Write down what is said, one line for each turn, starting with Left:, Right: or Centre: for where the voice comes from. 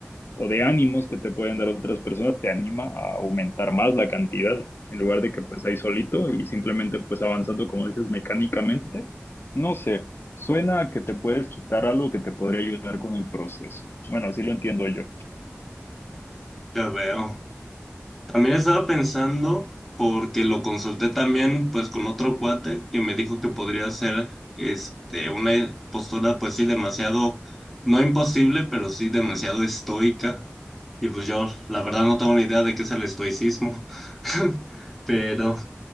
Left: o de ánimos que te pueden dar otras personas te anima a aumentar más la cantidad en lugar de que pues ahí solito y simplemente pues avanzando como dices mecánicamente. No sé, suena a que te puedes quitar algo que te podría ayudar con el proceso. Bueno, así lo entiendo yo.
Centre: Ya veo. También estaba pensando, porque lo consulté también, pues, con otro cuate que me dijo que podría ser, este, una postura, pues sí, demasiado, no imposible, pero sí demasiado estoica. Y pues yo, la verdad, no tengo ni idea de qué es el estoicismo, <laughs> pero